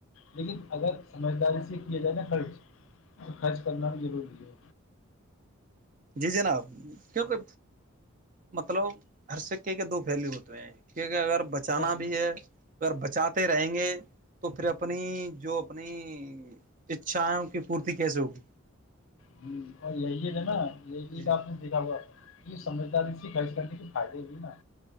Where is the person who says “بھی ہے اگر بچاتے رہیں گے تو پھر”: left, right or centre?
Right